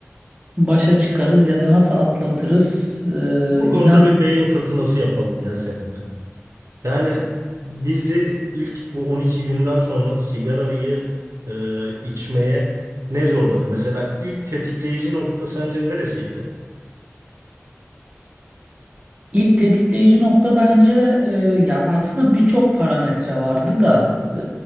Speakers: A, on the right (about 25°); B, on the right (about 80°).
A: başa çıkarız ya da nasıl atlatırız? Ee,
B: Bu konuda
A: inan
B: bir beyin fırtınası yapalım ya seninle. Yani bizi ilk bu 12 günden sonra sigarayı e, içmeye ne zorladı? Mesela ilk tetikleyici nokta sence neresiydi?
A: İlk tetikleyici nokta bence e, ya aslında birçok parametre vardı da e,